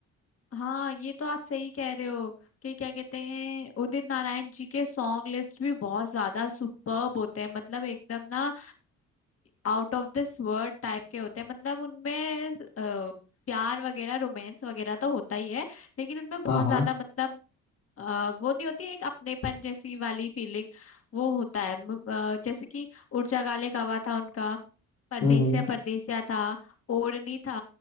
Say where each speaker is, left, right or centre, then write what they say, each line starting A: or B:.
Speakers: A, on the left; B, on the left.
A: हाँ ये तो आप सही कह रहे हो कि क्या कहते हैं उदित नारायण जी के सॉन्ग लिस्ट भी बहुत ज्यादा सुपर्ब होते हैं मतलब एकदम ना out of this world type के होते हैं मतलब उनमें अ, प्यार वगैरह रोमांस वगैरह तो होता ही है लेकिन उनमें बहुत
B: हाँ हाँ
A: ज्यादा मतलब आ, वो नहीं होती एक अपनेपन जैसी वाली फीलिंग वो होता है म- अ, जैसे कि उड़जा गाले कावा था उनका परदेसिया
B: हम्म हम्म
A: परदेसिया था ओढ़नी था